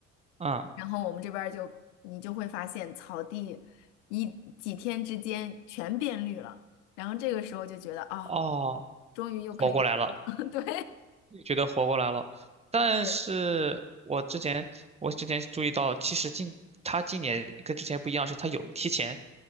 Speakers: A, on the right; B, on the left.
A: 嗯，
B: 然后我们这边儿就你就会发现草地一几天之间全变绿了，然后这个时候就觉得啊，
A: 哦，
B: 终于又可以活了，
A: 活过来了，
B: <laughs> 对
A: 觉得活过来了。但是我之前我之前注意到，
B: 对，
A: 其实今他今年跟之前不一样，是他有提前